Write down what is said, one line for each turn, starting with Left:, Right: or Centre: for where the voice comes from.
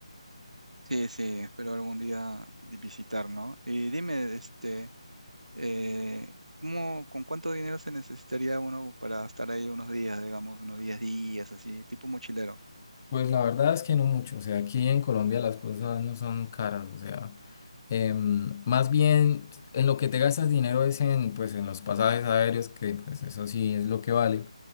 Right: Sí, sí, espero algún día visitar, ¿no? Y dime, este. Eh, ¿cómo- con cuánto dinero se necesitaría uno para estar ahí unos días, digamos, unos 10 días, así, tipo mochilero?
Left: Pues la verdad es que no mucho, o sea, aquí en Colombia las cosas no son caras, o sea, em, más bien en lo que te gastas dinero es en, pues, en los pasajes aéreos, que pues eso sí es lo que vale,